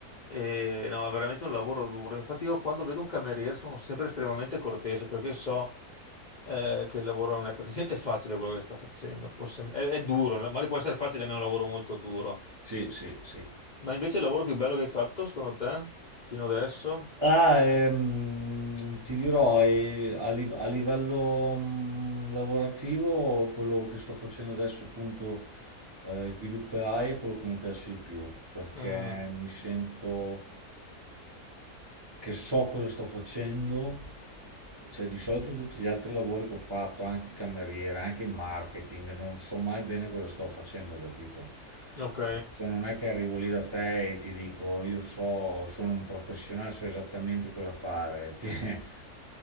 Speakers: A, on the left (about 50°); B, on the right (about 40°).
A: e no, è veramente un lavoro duro. Infatti io quando vedo un cameriere sono sempre estremamente cortese perché so eh, che il lavoro non è per <laughs> niente facile quello che sta facendo. Può sem- è, è duro, magari può essere facile, ma è un lavoro molto duro.
B: Sì, sì, sì.
A: Ma invece il lavoro più bello che hai fatto, secondo te, fino adesso?
B: Ah, ehm, ti dirò, eh, a, liv- a livello mm, lavorativo, quello che sto facendo adesso appunto, eh, sviluppo AI è quello che mi piace di più, perché
A: Mm,
B: mi sento che so cosa sto facendo. Cioè, di solito tutti gli altri lavori che ho fatto, anche il cameriere, anche il marketing, non so mai bene cosa sto facendo, capito?
A: ok,
B: Sì, cioè non è che arrivo lì da te e ti dico io so, sono un professionale, so esattamente cosa fare. <laughs>